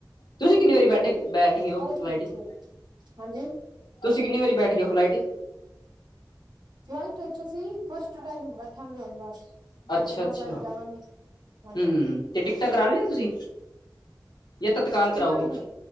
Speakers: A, on the left (about 70°); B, on the right (about 75°).
A: ਤੁਸੀਂ ਕਿੰਨੀ ਵਾਰੀ ਬੈਠੇ ਬੈਠ ਗਏ ਔ
B: ਬਹੁਤ
A: ਫਲਾਈਟ
B: ਹੀ ਵਧੀਆ
A: ਚ
B: ਹਾਂਜੀ
A: ਤੁਸੀਂ ਕਿੰਨੀ ਵਾਰੀ ਬੈਠ ਗਏ ਹੋ ਫਲਾਈਟ ਚ
B: ਫਲਾਈਟ ਵਿੱਚ ਅਸੀਂ, ਫਸਟ ਟਾਈਮ ਬੈਠਾਂਗੇ ਹੁਣ ਬਸ।
A: ਅੱਛਾ-ਅੱਛਾ,
B: ਪਟਨਾ ਸਾਹਿਬ ਜਾਵਾਂਗੇ ਹਾਂਜੀ
A: ਹੂੰ, ਤੇ ਟਿਕਟਾਂ ਕਰਾ ਲੀਆਂ ਨੇ ਤੁਸੀਂ? ਯਾ ਤਤਕਾਲ ਕਰਾਓਗੇ?
B: ਟਿਕਟ